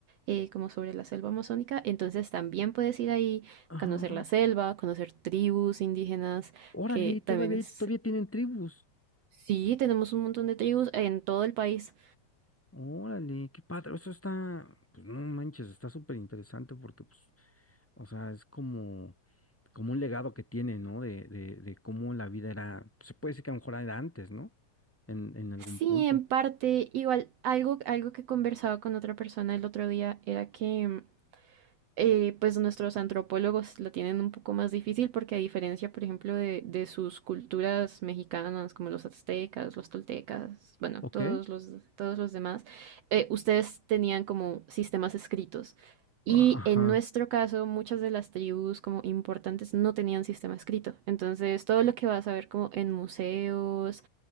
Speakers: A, on the right; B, in the centre.
A: eh, como sobre la selva amazónica. Entonces también puedes ir ahí,
B: Ajá.
A: conocer la selva, conocer tribus indígenas,
B: Órale,
A: que
B: todavía,
A: también es...
B: todavía tienen tribus.
A: Sí, tenemos un montón de tribus en todo el país.
B: Órale, qué padre. Eso está, pues no manches, está súper interesante porque, pues, o sea, es como, como un legado que tiene, ¿no? De, de, de cómo la vida era, se puede decir que a lo mejor era antes, ¿no? En, en algún
A: Sí,
B: punto.
A: en parte, igual algo, algo que conversaba con otra persona el otro día era que mm, eh, pues nuestros antropólogos la tienen un poco más difícil porque a diferencia, por ejemplo, de, de sus culturas mexicanas como los aztecas, los toltecas, bueno,
B: Ok.
A: todos los, todos los demás, eh, ustedes tenían como sistemas escritos. Y
B: Ajá.
A: en nuestro caso, muchas de las tribus como importantes no tenían sistema escrito. Entonces, todo lo que vas a ver como en museos,